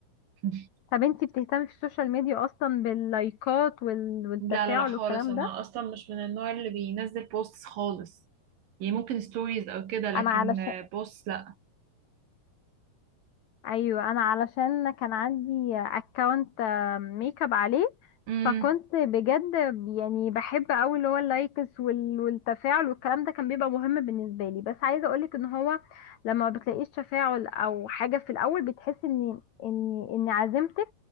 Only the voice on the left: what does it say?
طب انتي بتهتمي في السوشيال ميديا اصلا باللايكات وال... والتفاعل
والكلام
ده
انا علشان
ايوه انا علشان كان عندي اكونت ميك اب عليه
فكنت بجد يعني بحب قوي اللي هو اللايكس وال... والتفاعل والكلام ده كان بيبقى مهم بالنسبة لي بس عايزة اقولك ان هو لما ما بتلاقيش تفاعل او حاجة في الاول بتحس ان ان ان عزيمتك